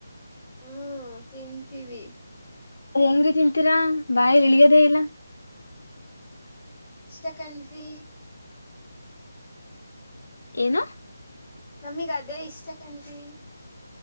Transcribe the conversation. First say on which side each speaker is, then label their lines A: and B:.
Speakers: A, on the left; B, on the left.
A: ಹ್ಮ್ ತಿಂತೀವಿ
B: ಹೆಂಗ್ರೀ ತಿಂತೀರಾ ಬಾಯಲಿ ಇಳಿಯದೇ ಇಲ್ಲ
A: ಇಸ್ ದ ಕಂಟ್ರಿ
B: ಏನು
A: ನಮಿಗ್ ಅದೇ ಇಷ್ಟ ಕನ್ರಿ